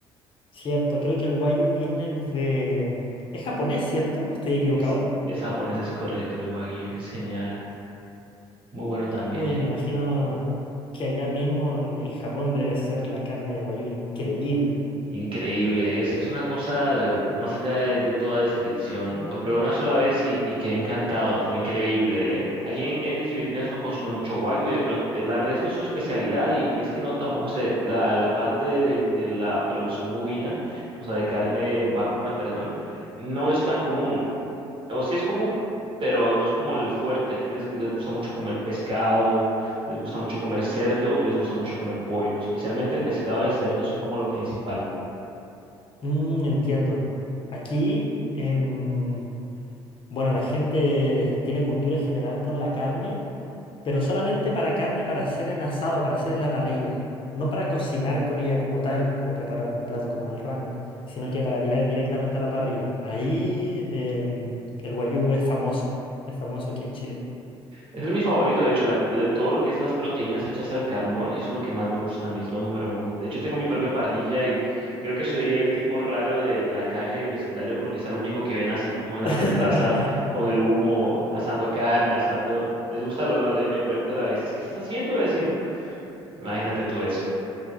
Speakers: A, on the left; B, on the right.
A: Cierto, creo que el Wagyu viene de... ¿Es japonés, cierto? ¿O ¿Estoy equivocado?
B: Es, es japonés, es correcto, el wagyu es genial. Muy bueno también,
A: Uy,
B: ¿eh?
A: me imagino que allá mismo en en Japón debe ser la carne de Wagyu increíble.
B: Increíble, es, es una cosa eh, más allá de, de toda descripción. Lo probé una sola vez y, y quedé encantado, fue increíble, ¿eh? Aquí en, en Filipinas no consume mucho wagyu, de pronto eh, la res no es su especialidad y, y es que no tampoco se, la, la parte de, de la producción bovina, o sea, de carne vacuna, perdón, no es tan común. O sí es común, pero no es como el fuerte. Aquí les, les gusta mucho comer pescado, les gusta mucho comer cerdo y les gusta mucho comer pollo. Especialmente el pescado y el cerdo son como lo principal.
A: Mm, entiendo. Aquí, em, bueno, la gente tiene cultura general por la carne pero solamente para carne para hacer en asado, para hacer en la parrilla. No para cocinar con ella como tal, como preparar un plato como en el ramen, sino que para tirar directamente a la parrilla. Ahí em, el guayú es famoso, es famoso aquí en Chile.
B: Ese es mi favorito, de hecho, la- la- todo lo que es las proteínas hechas al carbón, eso es lo que más me gusta a mí, es lo número uno. De hecho, tengo mi propia parrilla y creo que soy el tipo raro de, de la calle, del vecindario, porque es el único que ven así como en la
A: <laughs>
B: terraza con el humo, asando carne, asando... Les gusta el olor, ¿eh? Me preguntan a veces, ¿qué estás haciendo, vecino? Imagínate tú eso.